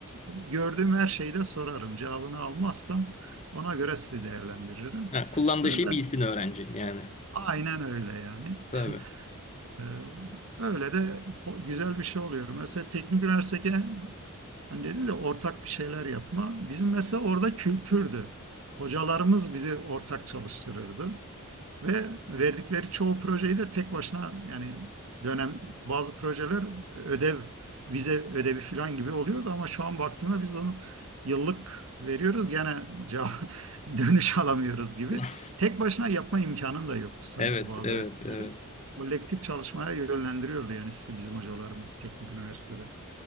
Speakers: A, on the right; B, on the left.
A: gördüğüm her şeyi de sorarım. Cevabını almazsam ona göre sizi değerlendiririm.
B: Ha, kullandığı
A: Böyle
B: şeyi bilsin öğrenci yani.
A: aynen öyle yani.
B: Tabii.
A: <laughs> Ee, Öyle de ho- güzel bir şey oluyor. Mesela teknik üniversitede hani dedi de ortak bir şeyler yapma. Bizim mesela orada kültürdü. Hocalarımız bizi ortak çalıştırırdı. Ve verdikleri çoğu projeyi de tek başına yani dönem bazı projeler ödev, vize ödevi falan gibi oluyordu ama şu an baktığımda biz onu yıllık veriyoruz gene cevap, <laughs> dönüş alamıyoruz gibi.
B: <laughs>
A: Tek başına yapma imkanın da yoktu sanki
B: Evet,
A: bazı
B: evet,
A: ödevleri.
B: evet.
A: Kolektif çalışmaya yönlendiriyordu yani sizi bizim hocalarımız teknik üniversitede.